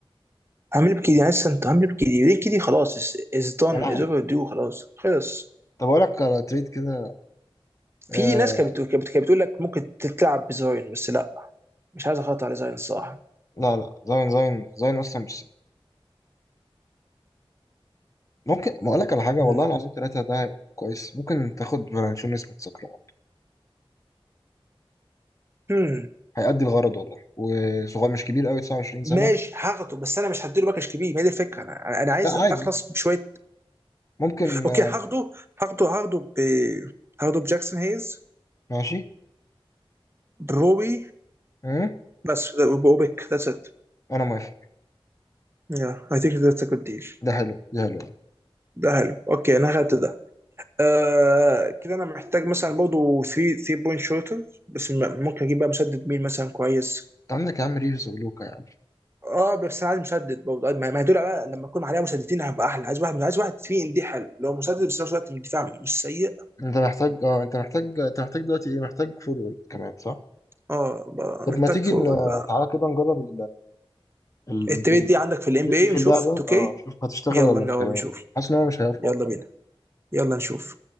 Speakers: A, on the right (about 25°); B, on the left (about 35°).
A: عامل بكده لسه انت عامل بكده ليه كده خلاص از دون
B: انا عارف
A: از اوفر دو خلاص خلص
B: طب اقول لك على تريد كده آه...
A: في ناس كانت بتقول كانت كانت بتقول لك ممكن تلعب بزاين بس لا مش عايز اخاطر على زاين الصراحه
B: لا لا زاين زاين زاين اصلا مش سهل. ممكن ما اقول لك على حاجه
A: مم.
B: والله العظيم ثلاثه ده هيبقى كويس ممكن تاخد فالانشونس من ساكرامنتو
A: مم.
B: هيأدي الغرض والله وصغير مش كبير قوي 29
A: ماشي
B: سنه
A: هاخده بس انا مش هديله باكج كبير ما هي دي الفكره انا انا عايز
B: لا عادي
A: اخلص بشويه
B: ممكن
A: اوكي
B: آه...
A: هاخده هاخده هاخده ب هاخده بجاكسون هيز
B: ماشي
A: بروبي
B: أه؟
A: بس بوبك ذاتس ات
B: انا موافق
A: يا اي ثينك ذاتس ا جود ديل
B: ده حلو ده حلو انت
A: ده حلو اوكي انا اخدت ده آه كده انا محتاج مثلا برضه 3 3 بوينت شوتر بس م- ممكن اجيب بقى مسدد مين مثلا كويس
B: عندك يا عم ريفز ولوكا يعني
A: اه بس انا عايز مسدد برضه ما ما هي دول بقى لما اكون عليها مسددين هبقى احلى عايز واحد عايز واحد فيه ان دي حلو لو مسدد بس في نفس الوقت الدفاع مش سيء
B: انت محتاج اه انت محتاج انت محتاج دلوقتي ايه محتاج فول كمان صح
A: اه بقى
B: طب
A: محتاج
B: ما تيجي
A: فوق
B: ن...
A: بقى
B: تعالى كده نجرب ال...
A: التريد
B: الفكرة
A: دي عندك في الام بي
B: دي
A: اي
B: في
A: نشوف
B: اللعبة
A: 2K
B: اه شوف هتشتغل
A: يلا
B: ولا
A: نجرب
B: مش هيبقى
A: نشوف
B: حاسس ان هو مش هيطلع
A: يلا
B: بجد.
A: بينا يلا نشوف